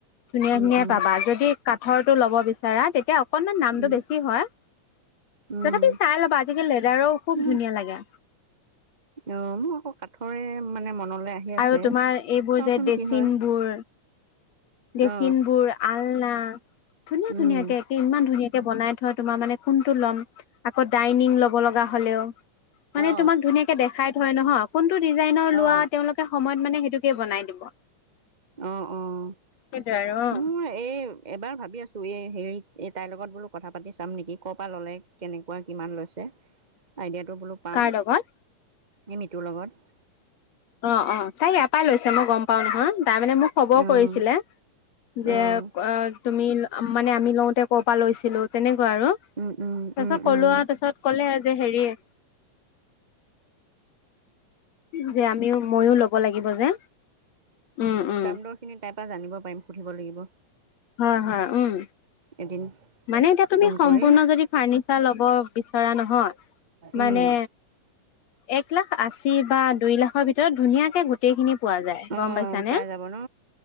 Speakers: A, on the left; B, on the right.
A: ধুনীয়া,
B: উম
A: ধুনীয়া
B: উম
A: পাবা। যদি কাঠৰটো ল'ব বিচাৰা তেতিয়া অক অকনমান দামটো
B: উম
A: বেছি হয়।
B: উম
A: তথাপি চাই ল'বা, আজিকালি লেডাৰৰো খুব
B: উম
A: ধুনীয়া লাগে।
B: অ', মোৰ আকৌ কাঠৰে মানে মনত নলে আহি আছে,
A: আৰু তোমাৰ এইবোৰ
B: চাওঁচোন
A: যে ডেচিন
B: কি হয়।
A: বোৰ ডেচিন
B: অ
A: বোৰ, আলনা, ধুনীয়া-ধুনীয়াকে
B: উম
A: একে ইমান ধুনীয়াকৈ বনাই থয়, তোমাৰ মানে কোনটো ল'ম, আকৌ ডাইনিং ল'ব লগা হ'লেও মানে
B: অ
A: তোমাক ধুনীয়াকে দেখাই থয় নহয়, কোনটো ডিজাইনৰ লোৱা
B: অ
A: তেওঁলোকে সময় মানে সেইটোকেই বনাই দিব।
B: অ', অ',
A: সেইটোৱে আৰু অ
B: মোৰ এই, এবাৰ ভাব ভাৱি আছো, এই হেৰি, এই তাইৰ লগত বোলো কথা পাতি চাম নেকি, ক'ৰ পৰা ল'লে, কেনেকুৱা কিমান লৈছে আইডিয়াটো বোলো পাম,
A: কাৰ লগত
B: এই মিতুৰ লগত।
A: অ', অ', তাই ইয়াৰ পৰাই লৈছে, মই গম পাওঁ নহয়। তাই মানে মোক খবৰ
B: অঁ
A: কৰিছিলে, যে
B: অঁ
A: অ' তুমি-মানে আমি লওঁতে ক'ৰ পৰা লৈছিলো, তেনেক কুৱা আৰু,
B: উম উম
A: তাৰপিছত
B: উম
A: ক'লো
B: উম
A: আৰু, তাৰপিছত ক'লে যে হেৰিয়ে যে আমিও-মইয়ো ল'ব লাগিব যে। উম উম
B: দাম-দৰ খিনি তাইৰ পৰা জানিব পাৰিম, সুধিব লাগিব।
A: হয় হয়, উম।
B: এদিন
A: মানে এতিয়া তুমি
B: ফোন
A: সম্পূৰ্ণ
B: কৰি
A: যদি ফাৰ্ণিচাৰ ল'ব বিচৰা নহয়, মানে
B: উম
A: এক লাখ আশী বা দুই লাখৰ ভিতৰত ধুনীয়াকে গোটেইখিনি পোৱা যায় গম
B: অ',
A: পাইছানে
B: পাই যাব ন?